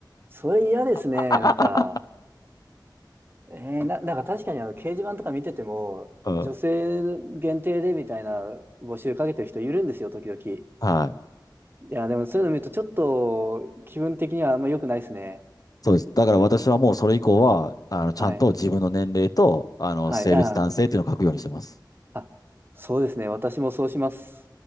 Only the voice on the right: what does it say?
それ嫌ですね。
なんか、えー、な、なんか確かにあの掲示板とか見てても、
女性限定でみたいな募集かけてる人いるんですよ、時々。い
や、でもそういうの見るとちょっと気分的にはあんま良くないですね。
はい。
はい。
あー、あ、そうですね。私もそうします。